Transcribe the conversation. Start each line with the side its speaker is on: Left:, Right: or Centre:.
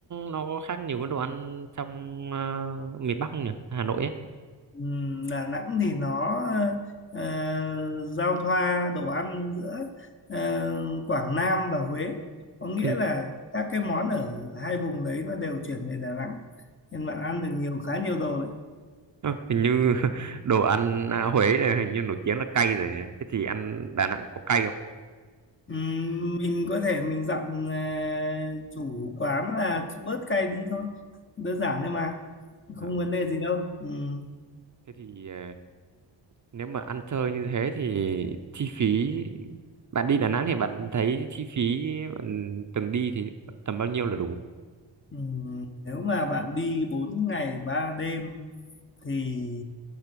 Right: nó có khác nhiều với đồ ăn trong ờ, miền Bắc không nhỉ Hà Nội ấy
Left: Ừm, Đà Nẵng thì nó ờ, giao thoa đồ ăn giữa ờ, Quảng Nam và Huế. Có nghĩa
Right: hình,
Left: là các cái món ở hai vùng đấy nó đều chuyển về Đà Nẵng. Nên bạn ăn được nhiều khá nhiều đồ đấy.
Right: ờ, hình như <laughs> đồ ăn à, Huế này hình như nổi tiếng là cay rồi nhỉ? thế thì ăn Đà Nẵng có cay không
Left: Ừm, mình có thể mình dặn ờ, chủ quán là bớt cay đi thôi. Đơn giản thôi mà. Không
Right: Ờ,
Left: vấn đề gì đâu. Ừm.
Right: thế thì ờ, nếu mà ăn chơi như thế thì chi phí bạn đi Đà Nẵng thì bạn thấy chi phí bạn từng đi thì tầm bao nhiêu là đủ
Left: Ừm, nếu mà bạn đi 4 ngày 3 đêm thì